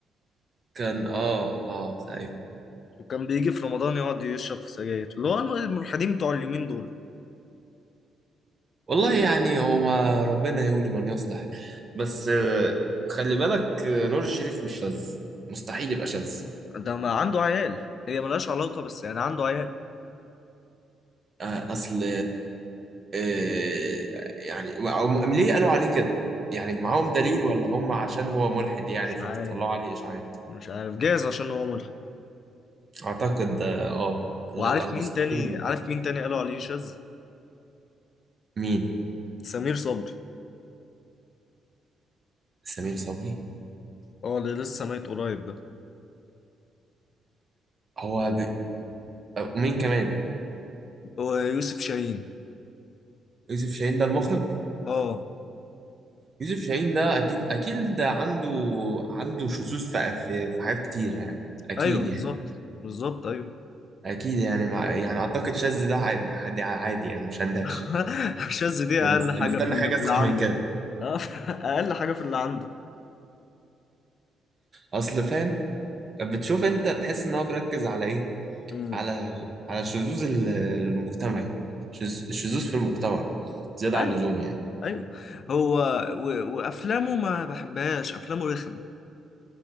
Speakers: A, on the right; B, on the left.
A: كان اه اه ايوه
B: وكان بيجي في رمضان يقعد يشرب في سجاير اللي هو الملحدين بتوع اليومين دول
A: والله يعني هو ما ربنا يولي من يصلح بس آه، خلي بالك آه، نور الشريف مش شاذ مستحيل يبقى شاذ
B: ده ما عنده عيال هي ملهاش علاقة بس يعني عنده عيال
A: آه، اصل آه، يعني أو م- ليه قالوا عليه كده يعني معاهم دليل ولا هم عشان هو ملحد يعني
B: مش
A: فبيطلعوا
B: عارف
A: عليه إشاعات
B: مش عارف جايز عشان هو ملحد
A: أعتقد اه آه. لا
B: وعارف
A: لا
B: مين
A: مستحيل
B: تاني
A: ده.
B: عارف مين تاني قالوا عليه شاذ
A: مين
B: سمير صبري
A: سمير صبري
B: اه اللي لسه ميت قريب ده
A: هو ب... آه، ومين كمان
B: ويوسف شاهين
A: يوسف شاهين ده المخرج
B: اه
A: يوسف شاهين ده أكيد أكيد ده عنده عنده شذوذ في... في في حاجات كتيرة يعني أكيد
B: ايوه بالظبط
A: يعني
B: بالظبط ايوه
A: أكيد يعني مع... يعني أعتقد شاذ ده عادي عادي عادي يعني مش هندهش
B: <laughs> الشاذ دي
A: يعني
B: اقل حاجه
A: مستني
B: في اللي
A: حاجة
B: في
A: أسخن
B: اللي عنده
A: من كده
B: اه <laughs> اقل حاجه في اللي عنده
A: أصل فاهم بتشوف انت تحس ان هو بيركز على ايه
B: امم
A: على على الشذوذ ال- المجتمعي شذ- الشذوذ في المجتمع زيادة
B: ايوه
A: عن اللزوم يعني
B: ايوه هو و... وافلامه ما بحبهاش افلامه رخمه